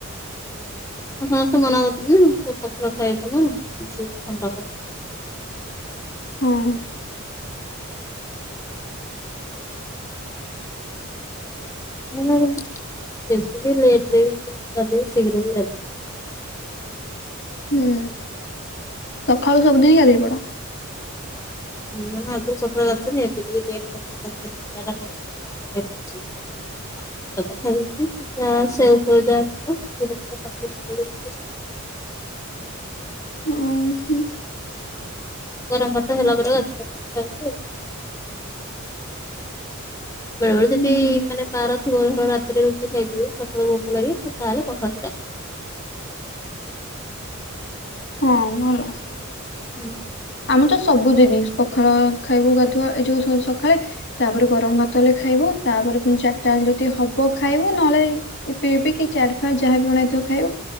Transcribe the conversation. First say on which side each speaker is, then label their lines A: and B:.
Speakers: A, on the left; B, on the left.
A: ହଁ ସମସ୍ତେ କରୁଛନ୍ତି ନା ପଖାଳ ଖାଇବୁନୁ ଝିଅକୁ ଥଣ୍ଡା ହବ।
B: ହଁ।
A: ଉମ୍ ବେସି ଲେଟ୍ରେ ଗାଧାଏ ଶୀଘ୍ର ବି ଗାଧେ
B: ହୁଁ ସଖାଳୁ ସବୁଦିନ ଗାଦେଇ ପଡ।
A: <unintelligible> <unintelligible>
B: ଓହୋ ହୁଁ
A: <unintelligible> ବେଳେ ବେଳେ ଯଦି
B: ହଁ
A: ମାନେ ବାର ଥିବ ଧର ରାତିରେ ରୁଟି ଖାଇଥିବି ସକାଳୁ ଭୋକ ଲାଗି ତାହେଲେ ପଖାଳ ଭାତ ଖାଏ।
B: ହଁ ଭଲ।
A: <inaudible>
B: ଆମେ ତ ସବୁଦିନି ପଖାଳ ଖାଇବୁ ଗାଧୁଆ ଏଇ ଯୋଉ ସରି ସକାଳେ ତାପରେ ଗରମ ଭାତ ହେଲେ ଖାଇବୁ ତାପରେ ପୁଣି ଚାରିଟା ବେଳେ ଯଦି ହବ ଖାଇବୁ ନହେଲେ ଏ ପି ପି କି ଚାଟ ଫଳ ଯାହା ବିଣାଇଥିବ ଖାଇ